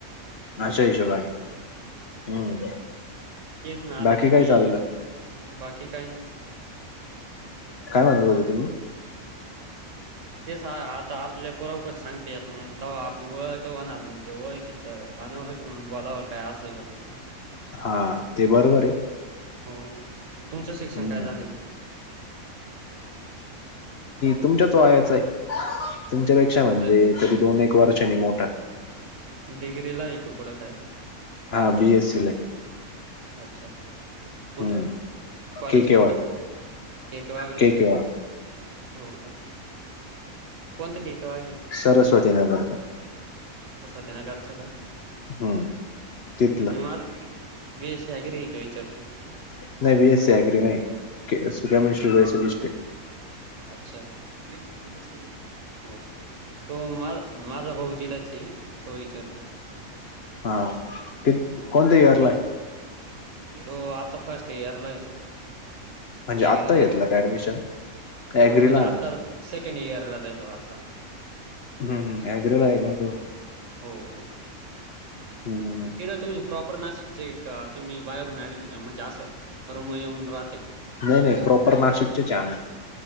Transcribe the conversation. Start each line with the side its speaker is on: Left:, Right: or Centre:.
Right: हो,
Left: असशा हशोबा हम्म
Right: तेस ना आता
Left: बाकी
Right: तुम्ही
Left: काय चाललं
Right: ये बाकी काही नाही
Left: काय म्हणत होते तुम्ही
Right: तेच आता आपल्या पुरपुरीत सांगता येत नाही तेव्हा आपली ओळख होणार नाही ते ओळखीच अनोळखी म्हणून बोलायचं असं होत
Left: हा ते बरोबर आहे
Right: हो तुमचं शिक्षण
Left: हम्म.
Right: काय झालेलं
Left: तुमच्या तो आचा आहे तुमच्यापेक्षा म्हणजे
Right: तर
Left: तरी दोन एक वर्षनी मोठा
Right: डिग्री ला एकक कुडं काय
Left: हा बीएससी ला आहे
Right: अच्छाठ कुठे
Left: हम्म
Right: कॉलेज
Left: के केवाळ
Right: कोणत? केके वागलाच
Left: के केवाळ
Right: का? हो. कोणत के? केव्हा घे
Left: सरस्वती नगरचा.
Right: त्यांना कराच का?
Left: हम्म
Right: मऽ
Left: तिथलं
Right: काग नाही का विचारतो.
Left: नाही, वी एस सी अग्री आय सुगम
Right: नाही का?
Left: श्री वैस स्पेशलिस्ट या..
Right: अच्छा, फिजिएस केमिस्ट्री का? हो, तो मा माझा भाऊ तिथच या तो विचारतोय..
Left: हा, कि
Right: हो.
Left: कोणत्या ईरला य.?
Right: तो आता फर्स्ट इयर ला आहे.
Left: म्हणजे आता
Right: ॲग्रीला
Left: घेतलं
Right: आहे तो.
Left: का ऍडमिशन?
Right: हो
Left: अॅग्रीला
Right: म्हणजे आता सेकंड इयरला जाईल हो आता..
Left: हम्, हम अग्रे ला आहे का तो?
Right: हो हो,
Left: हम्म
Right: तिकडं तुम्ही प्रॉपर नाशिकचे का? तुम्ही बाहेरून ऍडजऽऽ जास रूमं गेऊन राहते..
Left: नाही नाही प्रॉपर नाशिकचेच आहे आम्ही